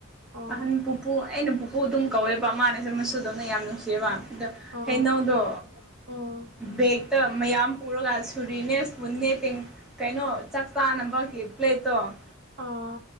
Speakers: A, on the right; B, in the centre.
A: ꯑꯣ
B: ꯑꯍꯟ ꯄꯨꯄꯨ ꯑꯩꯅ ꯄꯨ ꯑꯗꯨꯝ ꯀꯧꯋꯦꯕ ꯃꯥꯅꯁꯨꯦ ꯃꯁꯨꯗꯧꯅ ꯌꯥꯝ ꯅꯨꯡꯁꯤꯑꯕ ꯑꯗ
A: ꯑꯣ
B: ꯀꯩꯅꯣꯗꯣ
A: ꯑꯣ
B: ꯕꯦꯛꯇ ꯃꯌꯥꯝ ꯄꯨꯔꯒ ꯁꯨꯔꯤꯅꯦ ꯁꯄꯨꯟꯅꯦ ꯇꯦꯡ ꯀꯩꯅꯣ ꯆꯥꯛ ꯆꯥꯅꯕꯒꯤ ꯄ꯭ꯂꯦꯠꯇꯣ
A: ꯑꯣ